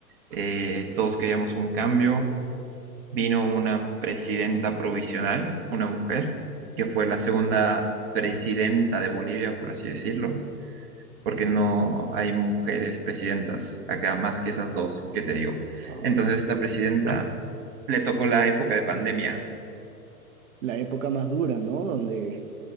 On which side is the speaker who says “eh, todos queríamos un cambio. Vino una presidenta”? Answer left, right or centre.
Right